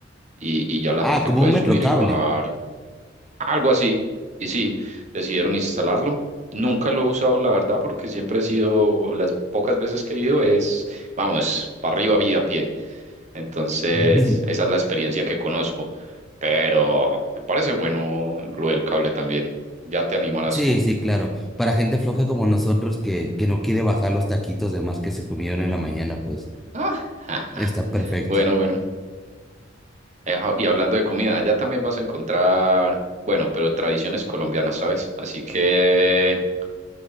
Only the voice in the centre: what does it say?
Ah, como
un metrocable.
<laughs>
Sí,
sí, claro. Para gente floja como nosotros que, que no quiere bajar los taquitos de más que se comieron en la mañana, pues
está
perfecto.